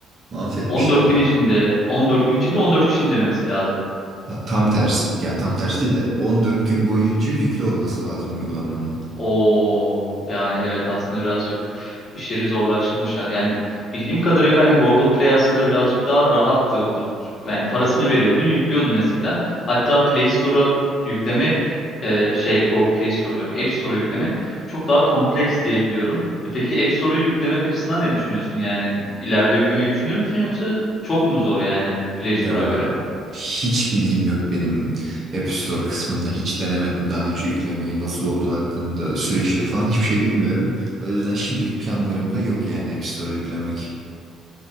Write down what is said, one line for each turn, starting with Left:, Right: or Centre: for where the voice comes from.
Right: mahvetmişler.
Left: 14 gün içinde 14 gün içinde 14 kişinin denemesi lazım.
Right: Ha, Tam tersi. Ya tam tersi değil de 14 gün boyunca yüklü olması lazım uygulamanın.
Left: O yani evet aslında birazcık işleri zorlaştırmışlar. Yani bildiğim kadarıyla hani Google Play aslında birazcık daha rahattı. Bu yani parasını veriyordun, yüklüyordun eskiden. Hatta Play Store'a yüklemek e, şey Google Play Store diyorum. App Store'a yüklemek çok daha kompleks diyebiliyorum. E peki App Store'u yüklemek açısından ne düşünüyorsun yani? İleride yüklemeyi düşünür müsün yoksa çok mu zor yani Play
Right: Ya
Left: Store'a göre?
Right: hiç bilgim yok benim App Store kısmında. Hiç denemedim daha önce yüklemeyi, nasıl olduğu hakkında, süreçleri falan hiçbir şey bilmiyorum. O yüzden şimdilik planlarım da yok yani App Store'a yüklemek.